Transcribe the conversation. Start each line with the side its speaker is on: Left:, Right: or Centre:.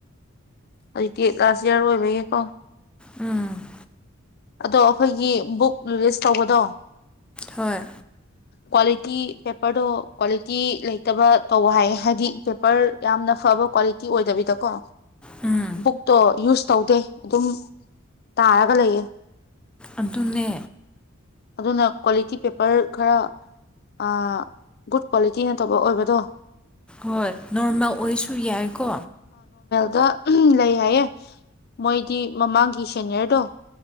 Left: ꯍꯧꯖꯤꯛꯇꯤ ꯂꯥꯁ ꯏꯌꯥꯔ ꯑꯣꯏꯕꯒꯤꯀꯣ
Centre: ꯎꯝ
Left: ꯑꯗꯣ ꯑꯩꯈꯣꯏꯒꯤ ꯕꯨꯛ ꯂꯤꯁ ꯇꯧꯕꯗꯣ
Centre: ꯍꯣꯏ
Left: ꯀ꯭ꯋꯥꯂꯤꯇꯤ ꯄꯦꯄꯔꯗꯣ ꯀ꯭ꯋꯥꯂꯤꯇꯤ ꯂꯩꯇꯕ ꯇꯧ ꯍꯥꯏ ꯍꯥꯏꯗꯤ ꯄꯦꯄꯔ ꯌꯥꯝꯅ ꯐꯕ ꯀ꯭ꯋꯥꯂꯤꯇꯤ ꯑꯣꯏꯗꯕꯤꯗꯀꯣ
Centre: ꯎꯝ
Left: ꯕꯨꯛꯇꯣ ꯌꯨꯁ ꯇꯧꯗꯦ ꯑꯗꯨꯝ ꯇꯥꯔꯒ ꯂꯩꯌꯦ
Centre: ꯑꯗꯨꯅꯦ
Left: ꯑꯗꯨꯅ ꯀ꯭ꯋꯥꯂꯤꯇꯤ ꯄꯦꯄꯔ ꯈꯔ ꯑ ꯒꯨꯗ ꯀ꯭ꯋꯥꯂꯤꯇꯤ ꯅꯠꯇꯕ ꯑꯣꯏꯕꯗꯣ
Centre: ꯍꯣꯏ ꯅꯣꯔꯃꯦꯜ ꯑꯣꯏꯁꯨ ꯌꯥꯏꯀꯣ
Left: ꯗ ꯂꯩ ꯍꯥꯏꯌꯦ ꯃꯣꯏꯗꯤ ꯃꯃꯥꯡꯒꯤ ꯁꯦꯅꯤꯌꯔꯗꯣ